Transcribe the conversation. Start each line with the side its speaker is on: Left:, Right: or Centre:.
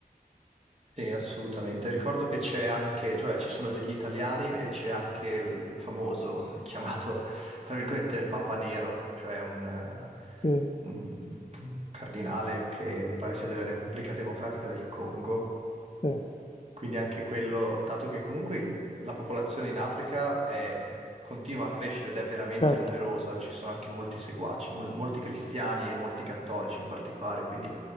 Right: Sì, assolutamente. Ricordo che c'è anche, cioè ci sono degli italiani e c'è anche il famoso chiamato, tra virgolette, Papa Nero, cioè un, eh,
Left: Sì,
Right: un- un cardinale che mi pare sia della Repubblica Democratica del Congo
Left: sì,
Right: Quindi anche quello, dato che comunque la popolazione in Africa è- continua a crescere ed è veramente
Left: certo.
Right: numerosa, ci sono anche molti seguaci, mol- molti cristiani e molti cattolici in particolare, quindi